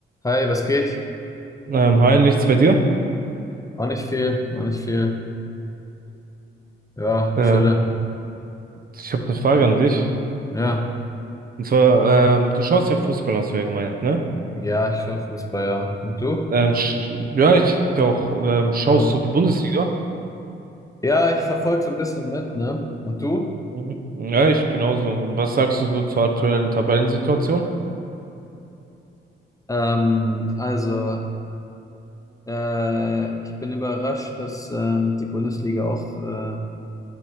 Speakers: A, on the left; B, on the right.
A: Hi, was geht?
B: Ähm, hi, nichts bei dir?
A: Auch nicht viel, auch nicht viel. Ja,
B: Äh,
A: chille.
B: ich habe eine Frage an dich.
A: Ja,
B: Und zwar, ähm, du schaust ja Fußball, hast du ja gemeint, ne?
A: ja, ich schaue Fußball, ja. Und du?
B: Ähm, sch ja, ich ja auch. Ähm, schaust
A: Ja,
B: du die Bundesliga?
A: ja ich verfolge so ein bisschen mit, ne? Und du?
B: Mhm. Ja, ich genauso. Was sagst du so zur aktuellen Tabellensituation?
A: Ähm, also, äh, ich bin überrascht, dass ähm, die Bundesliga auch, äh,